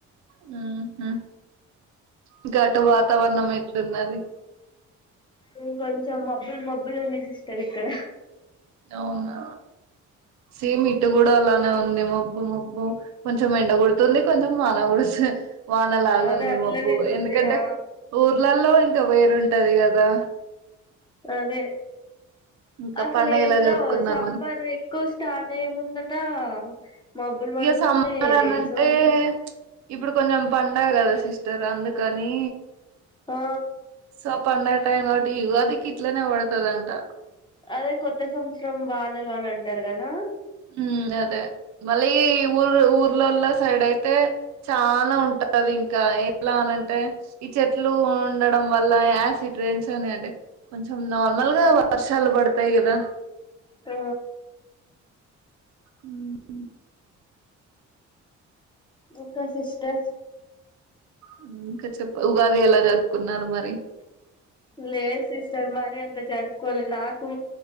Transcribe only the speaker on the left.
ఇంక కొంచం మబ్బులు మబ్బులు ఉంది సిస్టర్ ఇక్కడ
అదే
అట్లనే
ఉంది
ఆ
అదే
అసలు
ఏం
కావు
సమ్మర్ ఎక్కువ స్టార్ట్ అయ్యే ముందట మబ్బులు పడుతున్నాయి
రైన్స్
పడుతున్నాయి
ఆ
అదే కొత్త సంవత్సరం వానలు అని అంటారు కదా
ఆ
ఇంకా సిస్టర్
లేదు సిస్టర్ మరీ అంత జరుపుకోలే నాకూ